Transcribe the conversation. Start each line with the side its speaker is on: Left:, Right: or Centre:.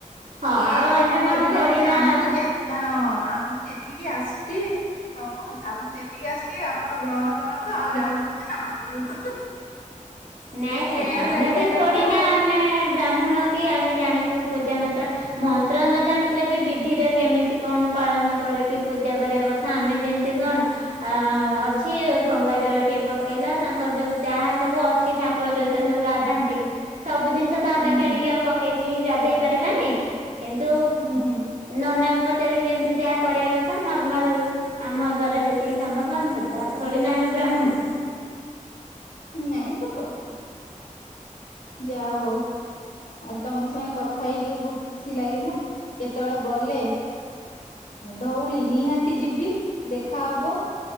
Right: ହଁ
Left: କିଏ
Right: ଆଉ
Left: ଏତେ
Right: ଆମେ
Left: ମନ୍ତ୍ର
Right: କଣ ଥୋଡି
Left: ଜାଣିଚି
Right: ନା
Left: ଆମକୁ ଯେ ହଁ ଆମକୁ ଯେତିକି ଆସୁଚି ପ୍ରଭୁ ଆମକୁ ଯେତିକି ଆସୁଚି ଆ ଆପଣ ଗ୍ରହଣ କରନ୍ତୁ। ଆଉ ଯାହା ଭୁଲ୍ କ୍ଷମା କରନ୍ତୁ।
Right: ନାଇଁ ନାଇଁ
Left: ଏଇଆ
Right: ଆମେ
Left: ଡାକିବା
Right: ବି ଥୋଡି
Left: କଥା
Right: ନା
Left: ଆଉ
Right: ଆମେ ବ୍ରାହ୍ମଣ କି ଆମେ ଜାଣିଥିବୁ ପୂଜା ମନ୍ତ୍ର। ମନ୍ତ୍ର ନ ଜାଣିଥିଲେ ବି ବିଧିରେ କେମିତି କଣ ପାଳନ କରିକି ପୂଜା କରିବା କ ଥା, ଆମେ ଯେମିତି କଣ ଅ ଅଛି ଗଙ୍ଗା ଜଳ ଟିକେ ପକେଇଲା ତାଙ୍କର ଯୋଉ ଯାହା ସବୁ ଅଛି ଠାକୁର
Left: ହୁଁ
Right: ଯୋଉଥିରେ ସବୁ ଗାଧାନ୍ତି, ସବୁ ଜିନିଷ ତ ଆମେ
Left: ହୁଁ
Right: କିଣିକି
Left: ହୁଁ
Right: ଆଉ ପ ପକେଇକି ଗାଧେଇ ପାରିବାନି, କିନ୍ତୁ
Left: ହୁଁ ହୁଁ
Right: ନନାକୁ ପଚାରିକି ଯେମିତି ଯାହା କରିବା କଥା ନର୍ମାଲ ଆମ ଦ୍ଵାରା ଯେତିକି ସମ୍ଭବ ଆମେ ପୂଜା ଆଉ ଥୋଡି ଆମେ ବ୍ରାହ୍ମଣ।
Left: ନାଇଁ ସତ କଥା। ଯା ହଉ। ଆଉ ତମ ସାଙ୍ଗେ କଥା ହେଇ ଟିକେ ବହୁତ୍ ଖୁସି ଲାଗିଲା। କେତେବେଳେ ଗଲେ ଧଉଳି ନିହାତି ଯିବି। ଦେଖା ହବ।